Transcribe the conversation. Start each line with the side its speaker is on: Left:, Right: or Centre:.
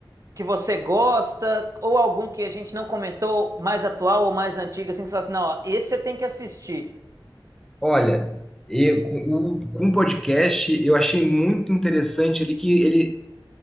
Right: que você gosta, ou algum que a gente não comentou, mais atual ou mais antigo, assim, que você fala assim, não, ó, esse você tem que assistir.
Centre: Olha, eu, com o com o podcast, eu achei muito interessante ali que ele